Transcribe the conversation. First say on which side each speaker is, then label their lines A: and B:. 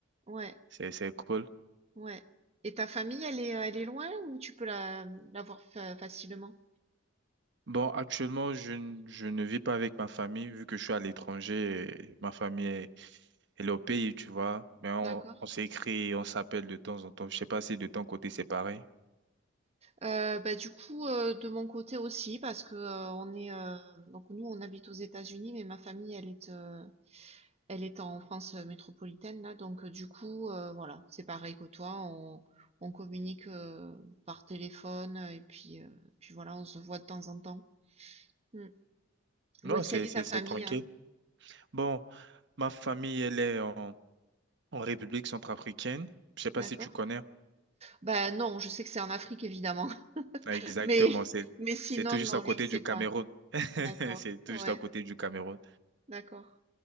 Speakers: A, on the right (about 30°); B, on the right (about 60°).
A: ouais,
B: c'est, c'est cool.
A: ouais. Et ta famille, elle est, euh, elle est loin ou tu peux la, la voir fa- facilement?
B: Bon, actuellement, je, n- je ne vis pas avec ma famille, vu que je suis à l'étranger, et ma famille est, elle est au pays, tu vois. Mais on,
A: D'accord.
B: on s'écrit, on s'appelle de temps en temps. Je sais pas si de ton côté, c'est pareil.
A: Heu, bah, du coup, heu, de mon côté aussi parce que, heu, on est, heu, donc nous, on habite aux États-Unis, mais ma famille, elle est, heu, elle est en France, euh, métropolitaine là, donc heu, du coup, heu, voilà, c'est pareil que toi, on on communique, heu, par téléphone, heu, et puis, heu, puis voilà, on se voit de temps en temps. Mmh. Où
B: Non,
A: est-ce
B: c'est,
A: qu'elle est
B: c'est,
A: ta
B: c'est
A: famille,
B: tranquille.
A: hein?
B: Bon, ma famille, elle est en, en République centrafricaine. Je sais pas
A: D'accord.
B: si tu connais.
A: Bah, non, je sais que c'est en Afrique évidemment,
B: Ah,
A: <laughs>
B: Exactement,
A: mais
B: c'est,
A: mais sinon
B: c'est tout juste
A: non,
B: à côté
A: je sais
B: du Cameroun.
A: pas.
B: <laughs>
A: D'accord.
B: C'est tout
A: Ouais,
B: juste à côté du Cameroun.
A: d'accord.